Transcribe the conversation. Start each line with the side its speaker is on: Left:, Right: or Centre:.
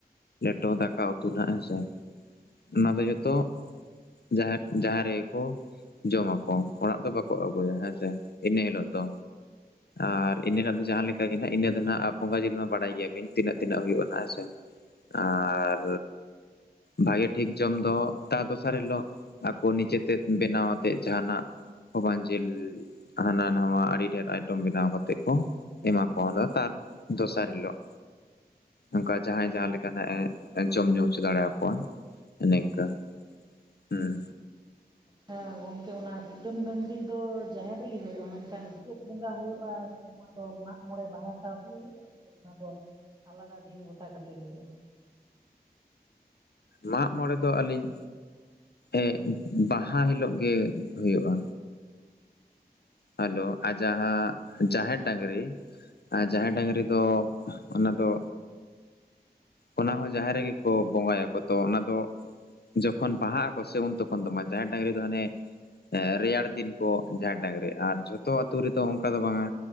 Left: ᱫᱚ ᱫᱟᱠᱟ ᱩᱛᱩ ᱱᱟᱦᱜ ᱦᱮᱸᱥᱮ ᱚᱱᱟ ᱫᱚ ᱡᱚᱛᱚ ᱡᱟᱦᱮᱨ ᱡᱟᱦᱟᱸ ᱨᱮᱜᱮᱠᱚ ᱡᱚᱢᱟᱠᱚ ᱚᱲᱟᱜ ᱫᱚ ᱵᱟᱠᱚ ᱟᱹᱜᱩᱭᱟ ᱦᱮᱸᱥᱮ ᱤᱱᱟᱹ ᱦᱤᱞᱳᱜ ᱫᱚ ᱟᱨ ᱤᱱᱟᱹ ᱦ ᱫᱚ ᱡᱟᱦᱟᱸ ᱞᱮᱠ ᱜᱮ ᱦᱟᱸᱜ ᱤᱱᱟᱹ ᱫᱚ ᱦᱟᱸᱜ ᱟ ᱵᱚᱸᱜᱟ ᱡᱤᱞ ᱢᱟ ᱵᱟᱲᱟᱭ ᱜᱮᱭᱟᱵᱤᱱ ᱛᱤᱱᱟᱹᱜ ᱛᱱᱟᱹᱜᱼᱟ ᱦᱮᱸ ᱥᱮ ᱟᱨ ᱵᱷᱟᱜᱮ ᱴᱷᱤᱠ ᱡᱚᱢ ᱫᱚ ᱛᱟᱨ ᱫᱚᱥᱟᱨ ᱦᱤᱞᱳᱜ ᱟᱠᱚ ᱱᱤᱡᱮᱛᱮ ᱵᱮᱱᱟᱣ ᱟᱛᱮᱮᱫ ᱡᱟᱦᱱᱟᱜ ᱠᱷᱚᱵᱚ ᱡᱤᱞ ᱦᱟᱱᱟ ᱱᱟᱣᱟ ᱟᱹᱰᱤ ᱰᱷᱮᱨ ᱟᱭᱴᱮᱚᱢ ᱵᱮᱱᱟᱣ ᱠᱟᱛᱮᱮᱫ ᱠᱚ ᱮᱢᱟ ᱠᱚᱣᱟ ᱫᱚ ᱛᱟᱨ ᱫᱚᱥᱟᱨ ᱦᱤᱞᱚᱜ ᱚᱱᱠᱟ ᱡᱟᱦᱟᱭᱸᱦᱟᱭᱟ ᱞᱮᱠᱟ ᱟᱸᱱᱟᱜᱼ ᱮ ᱡᱚᱢ ᱧᱩ ᱦᱚᱪᱚ ᱫᱟᱲᱮᱭᱟᱠᱚᱣᱟ ᱱᱤᱠᱟ ᱦᱮᱸ
Right: ᱦᱮᱸ ᱜᱚᱝᱠᱮ ᱚᱱᱟ ᱠᱩᱴᱟᱹᱢ ᱰᱟᱹᱝᱨᱤ ᱫᱚ ᱡᱟᱦᱮᱨ ᱨᱮᱜᱮ ᱦᱩᱭᱩᱜᱼᱟ ᱢᱮᱱᱠᱷᱟᱱ ᱪᱮᱫ ᱵᱚᱸᱜᱟ ᱦᱩᱭᱩᱜᱼᱟ ᱚᱱᱟ ᱫᱚ ᱢᱟᱜ ᱢᱚᱬᱮ ᱵᱟᱦᱟ ᱥᱟᱶᱛᱮ ᱠᱤ ᱦᱩᱭᱩᱜᱼᱟ ᱥᱮ ᱚᱱᱟ ᱫᱚ ᱟᱞᱟᱫᱟ ᱫᱤᱱ ᱜᱚᱴᱟ ᱠᱟᱛᱮ ᱦᱩᱭᱩᱜᱼᱟ
Left: ᱢᱟᱜ ᱢᱚᱲᱮ ᱫᱚ ᱟᱹᱞᱤᱧ ᱮ ᱵᱟᱦᱟ ᱦᱤᱞᱳᱜ ᱜᱮ ᱦᱩᱭᱩᱜᱼᱟ ᱦᱮᱞᱳ ᱟᱨ ᱡᱟᱦᱟᱸ ᱡᱟᱦᱮᱨ ᱰᱟᱝᱨᱤ
Right: ᱦᱮᱸ
Left: ᱡᱟᱦᱮᱨ ᱰᱟᱝᱨᱤ ᱫᱚ ᱚᱱᱟ ᱫᱚ ᱚᱱᱟ ᱦᱚᱸ ᱡᱟᱦᱮᱨ ᱨᱮᱜᱮ ᱠᱚ ᱵᱚᱸᱜᱟᱭᱟᱠᱚ ᱛᱚ ᱚᱱᱟ ᱫᱚ ᱡᱚᱠᱷᱚᱱ ᱵᱟᱦᱟᱜ ᱟᱠᱚ ᱥᱮ ᱩᱱ ᱛᱚᱠᱷᱚᱱ ᱫᱚ ᱡᱟᱦᱮᱨ ᱰᱟᱝᱨᱤ ᱫᱚ ᱦᱟᱱᱮ ᱨᱮᱭᱟᱲ ᱫᱤᱱ ᱠᱚ ᱡᱟᱦᱮᱨ ᱰᱟᱝᱨᱤ ᱟᱨ ᱡᱷᱚᱛᱚ ᱟᱛᱳ ᱨᱮᱫᱚ ᱚᱱᱠᱟ ᱫᱚ ᱵᱟᱝᱟ